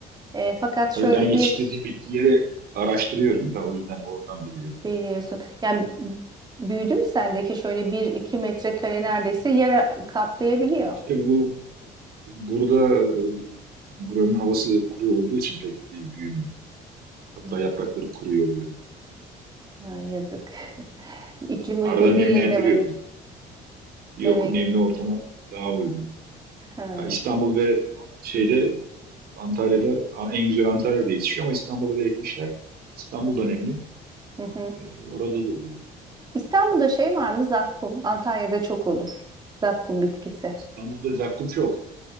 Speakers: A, on the right; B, on the right.
A: E, fakat şöyle
B: tabii ben yetiştirdiğim
A: bir
B: bitkileri araştırıyorum da o yüzden oradan biliyorum.
A: biliyorsun. Yani büyüdü mü sendeki şöyle bir iki metrekare neredeyse yer kaplayabiliyor.
B: İşte bu burada e, buranın havası kuru olduğu için pek e, büyümüyor. Hatta
A: Hmm.
B: yaprakları kuruyor böyle.
A: Ha, yazık. <laughs> İklim uygun
B: Arada nemlendiriyorum.
A: değil demek.
B: Yok,
A: Demek.
B: nemli ortama daha uygun.
A: Ha.
B: Ya İstanbul ve şeyde Antalya'da en güzel Antalya'da yetişiyor ama İstanbul'a da ekmişler. İstanbul'da nemli.
A: Hı hı.
B: Ee, orada da oluyor.
A: İstanbul'da şey var mı? Zakkum. Antalya'da çok olur. Zakkum bitkisi.
B: İstanbul'da zakkum çok